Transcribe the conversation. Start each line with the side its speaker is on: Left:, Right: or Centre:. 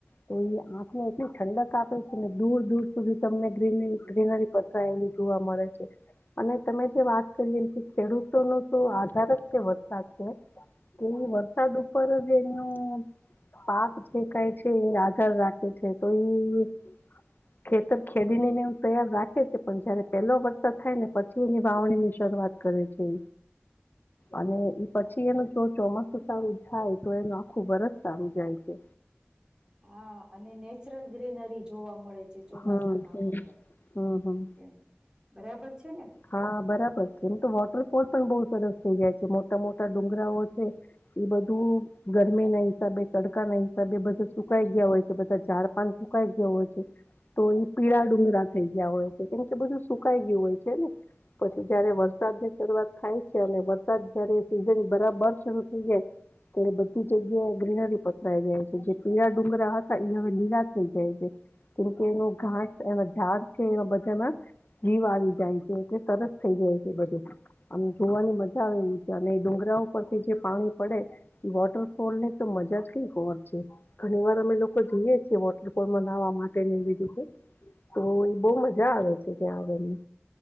Left: તો એ આંખને એટલી ઠંડક આપે છે ને દૂર દૂર સુધી તમને ગ્રીનરી ગ્રીનરી પસરાયેલી જોવા મળે છે. અને તમે જે વાત કરી એ કે ખેડૂતો નો શું આધાર જ કે વરસાદ છે. તે વરસાદ ઉપર જ એમનું પાક જે કઈ છે એ આધાર રાખે છે તો ઈ ખેતર ખેડી ને હું તૈયાર રાખે છું પણ જયારે પેલો વરસાદ થાય ને પછી એની વાવણી શરૂવાત કરે છે અને એ પછી એનું તો ચોમાસું સારું થાય તો એનું આખું વરસ સારું જાય છે.
Right: હા અને નેચરલ ગ્રીનરી જોવા મળે છે ચોમાસામાં
Left: હમ હમ
Right: આપણને
Left: હમ હમ
Right: એમ. બરાબર છે ને
Left: હા બરાબર કેમ તો પણ કોસ પણ બહુ સરસ થઈ જાય છે મોટા મોટા ડુંગરાઓ છે એ બધું ગરમી ના હિસાબે તડકા ના હિસાબે બધા સુકાઈ ગયા હોય છે બધા ઝાડપાન કઈ જેવો છે તો એ પીળા ડુંગરા થઈ ગયા હોય છે કેમકે બધું સુકાઈ ગયું હોય છે ને પછી જયારે વરસાદની શરૂઆત થાય છે અને વરસાદ જારે સીઝન બરાબર શરૂ થઈ જાય તો બધી જગ્યાએ ગ્રીનરી પથરાઈ જાય છે જે પીળ ડુંગરા હતા એ હવે લીલા થઈ જાય છે કેમકે એનો ઘાસ એનો ઝાડ છે એ બધામાં જીવ આવી જાય છે એટલે તરત થઈ જાય છે બધું અને જોવાની મજા આવે એવી છે અને એ ડુંગરા પરરથી જે પાણી ડે વોટરફોલને તો મજા જ કઈ ખબર છે ઘણી વાર અમે લોકો જોઈએ મનાવા માટે ન લીધું તો એ બહ મજા આવે છે ત્યાં આવવાની